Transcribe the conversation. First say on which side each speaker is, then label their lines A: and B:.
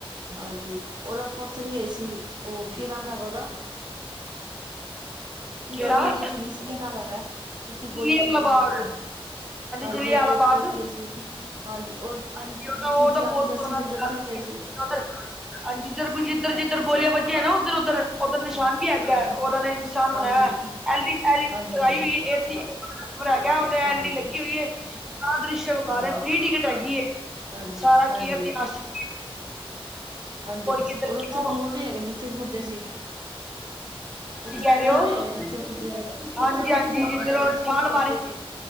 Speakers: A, on the right (about 45°); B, in the centre.
A: -ਹਾਂਜੀ ਓ ਤਾ ਆਪਾ ਓਥੇ ਗਏ ਸੀ, ਓ ਕੀ ਨਾਮ ਹੈਗਾ ਓਦਾ? ਜਿੱਥੇ
B: ਕਿਹੜਾ
A: ਗੋਲੀ ਚੱਲੀ ਸੀ, ਕੀ ਨਾਮ ਹੈਗਾ? ਜਿੱਥੇ
B: ਜਲਿਆਂ
A: ਗੋਲੀ ਚੱਲੀ
B: ਵਾਲਾ
A: ਸੀ।
B: ਬਾਗ
A: ਹਾਂਜੀ
B: ਜਲਿਆਂ
A: ਓਧਰ
B: ਵਾਲਾ
A: ਓਥੇ
B: ਬਾਗ
A: ਵੀ ਗਏ ਸੀ ਅਸੀ,, ਹਾਂਜੀ ਉਹ
B: ਹਾਂਜੀ ਉਹ
A: ਜਿੱਥੇ
B: ਤਾਂ ਉਹ ਤਾਂ
A: ਜੀਆਮ
B: ਬਹੁਤ
A: ਦੀ ਲੱਸੀ
B: ਪੁਰਾਣਾ
A: ਮਿਲਦੀ ਓਥੇ
B: ਇਤਿਹਾਸ
A: ਵੀ ਗਏ ਸੀ।
B: ਹਾਂਜੀ ਜਿਧਰ-
A: ਹਾਂਜੀ।
B: ਜੱਧਰ ਗੋਲੀਆਂ ਵੱਜੀਆ ਨਾ ਓਧਰ -ਓਧਰ। ਓਧਰ ਨਿਸ਼ਾਨ
A: ਹਾਂਜੀ,
B: ਵੀ ਹੈਗਾ
A: ਹਾਂਜੀ,
B: ਓਨਾਂ ਨੇ ਨਿਸ਼ਾਨ
A: ਹਾਂਜੀ,
B: ਬਣਾਇਆ ਹੋਈਆ ਐਲ ਈ, ਐਲ ਈ,
A: ਹਾਂਜੀ,
B: ਲਗਾਈ ਹੋਈ ਆ, ਏਸੀ। ਪਰ ਹੈਗਾ ਓਦਰ
A: ਹਾਂਜੀ,
B: ਐਲ ਡੀ -ਡੀਲੱਗੀ ਹੋਈ ਏ। ਆ ਦ੍ਰਿਸ਼ ਵਿਖਾ
A: ਹਾਂਜੀ।
B: ਰਏ, ਫ੍ਰਰੀ ਟਿਕਟ ਹੈਗੀ ਏ,
A: ਹਾਂਜੀ,
B: ਸਾਰਾ
A: ਹਾਂਜੀ,
B: ਕੀ ਇਤਿਹਾਸਿਕ
A: ਹਾਂਜੀ,
B: ਕਿੱਧਰ
A: ਔਰ
B: ਕਿਉਂ
A: ਓਥੇ ਕੂਆ ਵੀ ਹੈਗਾ ਜਿੱਥੇ ਓ ਕੁਦੇ ਸੀ? ਓਥੇ
B: ਕੀ ਕਹਿ
A: ਕੂਆ
B: ਰਹੇ
A: ਵੀ ਹੈਗਾ ਜਿੱਥੇ ਓ
B: ਹੋ
A: ਕੁੱਦੇ ਸੀ,
B: ਹਾਂਜੀ
A: ਓਥੇ ਓ
B: ਹਾਂਜੀ
A: ਖੂਆ
B: ਜਿੱਧਰੋਂ
A: ਵੀ ਹੈਗਾ ਜਿੱਥੇ
B: ਛਾਲ
A: ਓ ਕੁੱਦ
B: ਮਾਰੀ
A: ਗਏ ਸੀ।